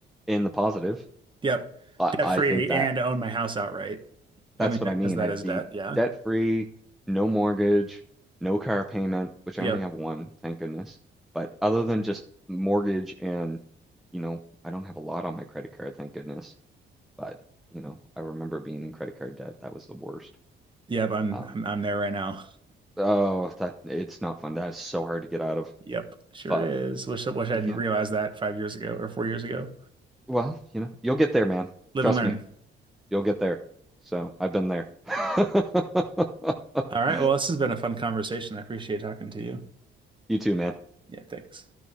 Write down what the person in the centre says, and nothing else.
in the positive.
I,
I
think that
That's
what
I mean.
I'd
be
debt free, no mortgage, no car payment, which
I only have one, thank goodness. But other than just mortgage and, you know, I don't have a lot on my credit card, thank goodness. But, you know, I remember being in credit card debt. That was the worst.
Um,
oh, that it's not fun. That is so hard to get out of.
But
yeah,
well, you know, you'll get there, man.
Trust
me, you'll get there. So I've been there. <laughs>
You too, man.